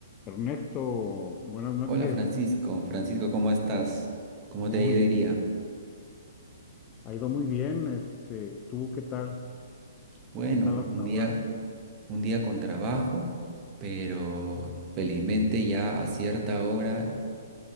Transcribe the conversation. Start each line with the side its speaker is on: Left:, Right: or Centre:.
Left: Ernesto, buenas noches.
Right: Hola Francisco, Francisco, ¿cómo estás? ¿Cómo
Left: Muy
Right: te ha ido
Left: bien.
Right: hoy día?
Left: Ha ido muy bien. Este, ¿tú qué tal?
Right: Bueno,
Left: ¿Qué tal hasta
Right: un
Left: ahora?
Right: día, un día con trabajo, pero felizmente ya a cierta hora